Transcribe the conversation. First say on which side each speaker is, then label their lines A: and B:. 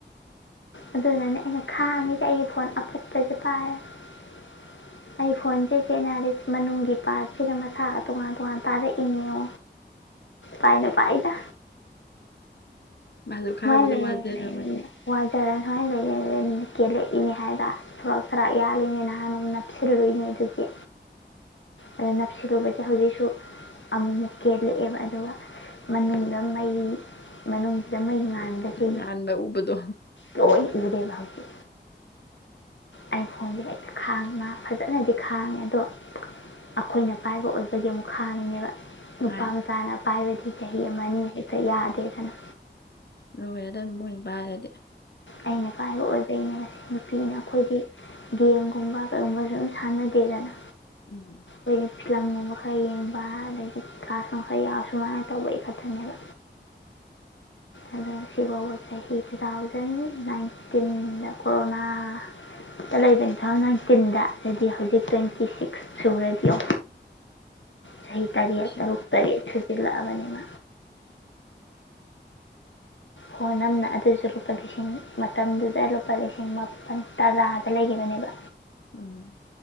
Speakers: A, on the left; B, on the left.
A: ꯑꯗꯨꯅꯅꯦ ꯑꯩꯅ ꯈꯥꯡꯉꯤꯁꯦ ꯑꯩꯒꯤ ꯐꯣꯟ ꯑꯄꯠꯄꯁꯦ ꯄꯥꯏꯔꯒ ꯑꯩ ꯐꯣꯟꯁꯦ ꯆꯦ ꯑꯦꯅꯥꯂꯤꯁ ꯃꯅꯨꯡꯒꯤ ꯄꯥꯔꯠꯁꯤꯒ ꯃꯁꯥꯒ ꯇꯣꯉꯥꯟ ꯇꯣꯉꯥꯟ ꯇꯥꯔꯛꯑꯦ ꯏꯅꯣ ꯄꯥꯏꯅ ꯄꯥꯏꯗ
B: ꯃꯥꯁꯨ ꯈꯥꯡꯕꯗ
A: ꯃꯥꯟꯅꯦ
B: ꯋꯥꯖꯔꯕꯅꯤꯅ
A: ꯂꯩꯔꯤꯅꯦ ꯋꯥꯖꯔꯅꯦ ꯁꯨꯃꯥꯏꯅ ꯂꯩꯑꯦ ꯑꯗꯨ ꯀꯦꯜꯂꯛꯏꯅꯦ ꯍꯥꯏꯕ ꯊꯔꯥꯛ ꯊꯔꯥꯛ ꯌꯥꯜꯂꯤꯅꯤ ꯅꯍꯥꯟ ꯅꯣꯡꯃ ꯅꯞꯁꯤꯜꯂꯨꯏꯅꯦ ꯑꯗꯨꯒꯤ ꯑꯗ ꯅꯞꯁꯤꯜꯂꯨꯕꯁꯦ ꯍꯧꯖꯤꯛꯁꯨ ꯑꯃꯨꯛꯃꯨꯛ ꯀꯦꯜꯂꯛꯑꯦꯕ ꯑꯗꯨꯒ ꯃꯅꯨꯡꯗ ꯃꯩ ꯃꯅꯨꯡꯁꯤꯗ ꯃꯩ ꯉꯥꯜ ꯅꯍꯥꯟꯗꯒꯤ
B: ꯉꯥꯟꯕ ꯎꯕꯗꯣ
A: ꯂꯣꯏ ꯎꯔꯦꯕ ꯍꯧ <inaudible> ꯑꯩ ꯐꯣꯟꯗꯣ ꯍꯦꯛꯇ ꯈꯥꯡꯉꯦ ꯐꯖꯅꯗꯤ ꯈꯥꯡꯉꯦ ꯑꯗꯣ ꯑꯩꯈꯣꯏꯅ ꯄꯥꯏꯕ ꯑꯣꯏꯕꯒꯤ ꯑꯃꯨꯛ ꯈꯥꯡꯉꯤꯅꯦꯕ ꯅꯨꯄꯥ
B: ꯃꯥꯅꯦ
A: ꯃꯆꯥꯥꯅ ꯄꯥꯏꯕꯗꯤ ꯆꯍꯤ ꯑꯃꯅꯤ ꯍꯦꯛ ꯇ ꯌꯥꯗꯦꯗꯅ
B: ꯂꯣꯏꯔꯗꯕꯅꯤ ꯃꯣꯏꯅ ꯄꯥꯏꯔꯗꯤ
A: ꯑꯩꯅ ꯄꯥꯏꯕ ꯑꯣꯏꯕꯩꯅꯦ ꯃꯁꯤ ꯅꯨꯄꯤꯅ ꯑꯩꯈꯣꯏꯗꯤ ꯒꯦꯝ ꯒꯨꯝꯕ ꯀꯩꯒꯨꯝꯕꯁꯨ ꯑꯗꯨꯝ ꯁꯥꯟꯅꯗꯦꯗꯅ
B: ꯎꯝ
A: ꯑꯩꯈꯣꯏꯗꯤ ꯐꯤꯂꯝꯒꯨꯝꯕ ꯈꯔ ꯌꯦꯡꯕ ꯑꯗꯒꯤ ꯀ꯭ꯂꯥꯁꯅꯨꯡ ꯈꯔ ꯌꯥꯎ ꯁꯨꯃꯥꯏꯅ ꯇꯧꯕ ꯑꯩꯈꯛꯇꯅꯦꯕ ꯑꯗꯣ ꯁꯤꯕꯥꯎꯕ ꯆꯍꯤ ꯇꯨ ꯊꯥꯎꯖꯟ ꯅꯥꯏꯟꯇꯤꯟꯗ ꯀꯣꯔꯣꯅꯥꯗ ꯂꯩꯕ ꯇꯨ ꯊꯥꯎꯖꯟ ꯅꯥꯏꯟꯇꯤꯟꯗ ꯑꯗꯨꯗꯤ ꯍꯧꯖꯤꯛ ꯇ꯭ꯋꯦꯟꯇꯤ ꯁꯤꯛꯁ ꯁꯨꯔꯗꯤꯌꯣ ꯆꯍꯤ ꯇꯔꯦꯠ
B: ꯀꯨꯏꯁꯜꯂꯛꯑꯕ
A: ꯇꯔꯨꯛ ꯇꯔꯦꯠ ꯁꯨꯖꯤꯜꯂꯛꯑꯕꯅꯦꯕ ꯐꯣꯟ ꯑꯃꯅ ꯑꯗꯨꯁꯨ ꯂꯨꯄꯥ ꯂꯤꯁꯤꯡ ꯃꯇꯝꯗꯨꯗ ꯂꯨꯄꯥ ꯂꯤꯁꯤꯡ ꯃꯥꯄꯟ ꯇꯔꯥꯗ ꯂꯩꯒꯤꯕꯅꯦꯕ
B: ꯎꯝ